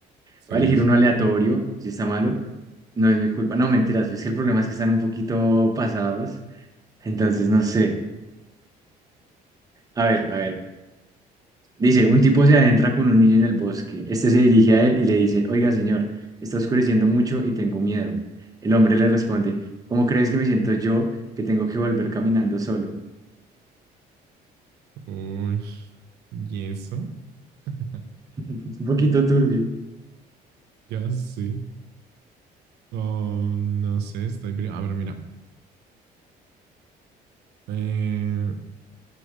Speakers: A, on the right; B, on the right.
A: Sí,
B: voy a elegir
A: sí.
B: uno aleatorio, si está malo. No es mi culpa. No, mentiras, es que el problema es que están un poquito pasados. Entonces, no sé. A ver, a ver. Dice, un tipo se adentra con un niño en el bosque. Este se dirige a él y le dice, oiga, señor, está oscureciendo mucho y tengo miedo. El hombre le responde, ¿cómo crees que me siento yo que tengo que volver caminando solo?
A: Uy, ¿y eso? <laughs>
B: <laughs> Es un poquito turbio.
A: Ya sé. Oh, no sé, estoy. cre- A ver, mira. Eh,